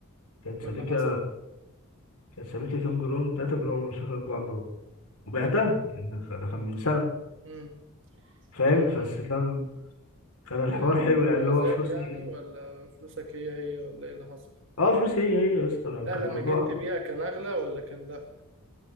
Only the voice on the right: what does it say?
واللي
حصل
واللي
مم.
كان
كان الموضوع
زاد
يعني ولا فلوسك هي هي ولا ايه اللي حصل
لا
لما
جيت تبيع كان أغلى ولا كان لا